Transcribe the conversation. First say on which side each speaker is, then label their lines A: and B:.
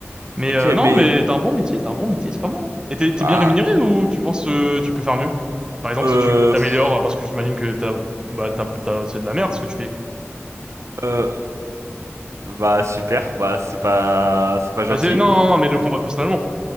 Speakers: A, on the right; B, on the right.
A: Mais
B: Ok,
A: euh, non,
B: mais,
A: mais t'as un bon métier, t'as un bon métier, c'est pas mal, hein. Et t'es t'es
B: bah,
A: bien rémunéré ou tu penses euh, tu peux faire mieux? Par exemple,
B: euh,
A: si tu t'améliores,
B: pff,
A: parce que j'imagine que t'as, bah, t'as, t'as- c'est de la merde ce que tu fais.
B: euh, bah, super. Bah, c'est pas, c'est pas gentil.
A: Ah, c'est- non, non, non, mais le prends pas personnellement.